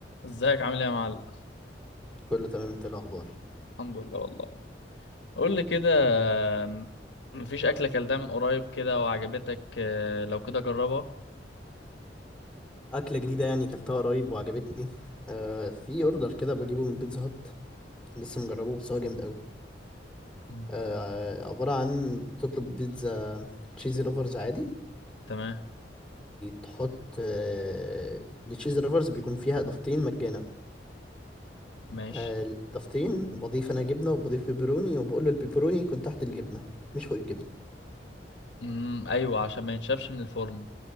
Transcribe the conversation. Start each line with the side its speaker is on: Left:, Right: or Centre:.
Left: ازيك عامل ايه يا معلم
Centre: كله تمام انت ايه الاخبار
Left: الحمد لله والله قول لي كده م- مفيش اكله اكلتها من قريب كده وعجبتك آه، لو كده جربها
Centre: اكله جديده يعني كلتها قريب وعجبتني آه في اوردر كده بجيبه من بيتزا هات لسه مجربه بس هو جامد قوي
Left: مم.
Centre: آه عباره عن تطلب بيتزا تشيزي لوفرز عادي
Left: تمام
Centre: تحط آه التشيزي لوفرز بيكون فيها اضافتين مجانا
Left: ماشي
Centre: آه الاضافتين بضيف انا جبنه وبضيف بيبروني وبقول له البيبروني يكون تحت الجبنه مش فوق الجبنه
Left: امم ايوه عشان ما ينشفش من الفرن